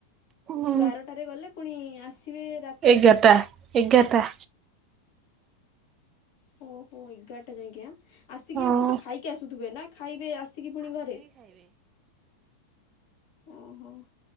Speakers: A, on the right; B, on the left.
A: ହୁଁ।
B: ବାରଟାରେ ଗଲେ ପୁଣି ଆସିବେ ରାତି
A: ଏଗାରଟା ଏଗାରଟା।
B: ଓ ହୋ ଏଗାରଟା ଯାଇକି ଆସିକି
A: ହଁ।
B: ସେ ତ ଖାଇକି ଆସୁଥିବେ ନା। ଖାଇବେ ଆସିକି ପୁଣି ଘରେ। ଓହୋ